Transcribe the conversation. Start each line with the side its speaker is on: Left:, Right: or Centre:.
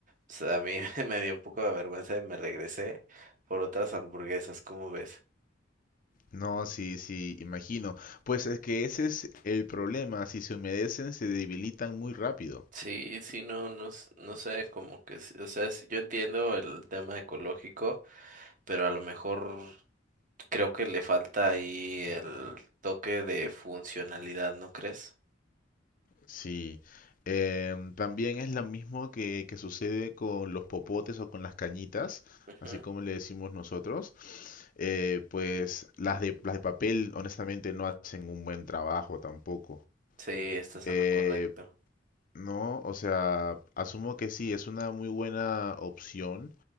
Right: pues, a mí <laughs> me dio un poco de vergüenza y me regresé por otras hamburguesas, ¿cómo ves?
Left: No, sí, sí, imagino. Pues es que ese es el problema. Si se humedecen, se debilitan muy rápido.
Right: Sí, sí, no, no, s- no sé, como que, s- o sea, sí, yo entiendo el tema ecológico, pero a lo mejor Creo que le falta ahí el toque de funcionalidad, ¿no crees?
Left: Sí, em, también es lo mismo que, que sucede con los popotes o con las cañitas,
Right: Ujú.
Left: así como le decimos nosotros. Eh, pues las de, las de papel, honestamente, no hacen un buen trabajo tampoco.
Right: Sí, estás
Left: Eh,
Right: en lo correcto.
Left: no, o sea, asumo que sí, es una muy buena opción